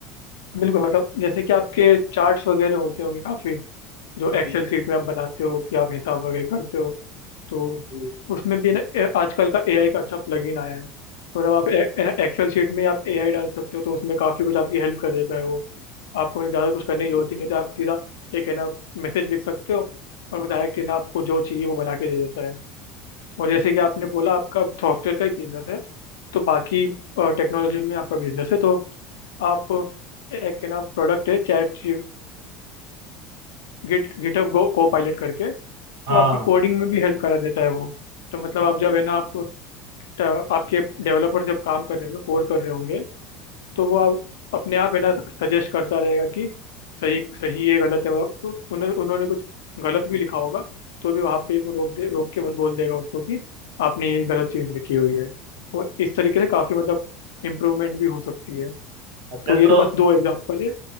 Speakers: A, on the left; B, on the right.
A: बिल्कुल मतलब जैसे कि आपके चार्ट्स वगैरह होते होंगे काफी जो
B: जी
A: एक्सेल
B: जी
A: सीट में आप बनाते हो कि आप हिसाब वगैरह करते हो तो
B: जी।
A: उसमें भी ना ए- आजकल का एआई का अच्छा प्लगइन आया है तो मतलब आप एक्सेल शीट में आप एआई डाल सकते हो तो उसमें काफी कुछ आपकी हेल्प कर देता है वो आपको मतलब ज्यादा कुछ करने की जरूरत ही नहीं होती आप सीधा एक है ना मैसेज लिख सकते हो और वो डायरेक्ट है ना आपको जो चाहिए वो बना के दे देता है और जैसे कि आपने बोला आपका सॉफ्टवेयर का ही बिजनेस है तो बाकी टेक्नोलॉजी में आपका बिजनेस है तो आप एक है ना प्रोडक्ट है चैट गिट गिटहब गो को पायलट करके तो
B: हाँ
A: आपकी कोडिंग में भी हेल्प करा देता है वो तो मतलब आप जब है ना आप ट- आपके डेवलपर जब काम कर रहे होंगे कोड कर रहे होंगे तो वो आप अपने आप है ना सजेस्ट करता रहेगा कि सही सही है गलत है मतलब तो उन्होंने उन्होंने कुछ गलत भी लिखा होगा तो भी वहाँ पे वो रोक दे रोक के बोल देगा उसको कि आपने ये गलत चीज़ लिखी हुई है तो इस तरीके से काफ़ी मतलब इम्प्रूवमेंट भी हो सकती है
B: अच्छा
A: तो ये
B: तो
A: तो बस दो एग्जाम्पल है